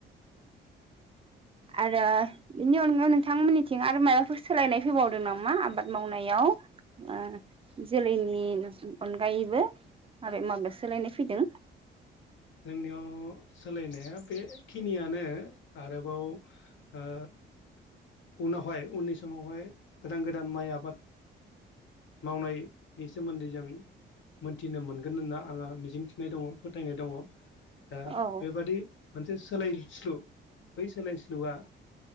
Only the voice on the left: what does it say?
जोंनियाव सोलायनाया बेखिनियानो। आरोबाव ओ उनावहाय उननि समावहाय गोदान गोदान माइ आबाद मावनायनि सोमोन्दै जों मोनथिनो मोनगोन होनना आंहा मिजिंथिनाय दङ फोथायनाय दङ। दा
बेबादि मोनसे सोलायस्लु बै सोलायस्लुआ